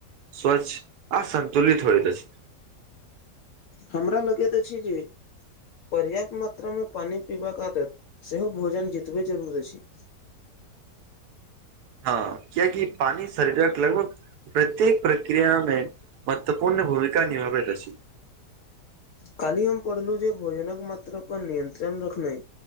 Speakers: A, on the right; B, on the left.
A: स्वच्छ आ सन्तुलित होइत अछि
B: हमरा लगैत अछि जे पर्याप्त मात्रा में पानी पीबाक आदत सेहो भोजन जितबे जरुर अछि
A: हँ कियाकि पानी शरीर कऽ लगभग प्रत्येक प्रक्रिया में महत्वपूर्ण भूमिका निभाबैत अछि
B: काल्ही हम पढ़लूँ जे भोजन कऽ मात्रा पर नियन्त्रण रखनै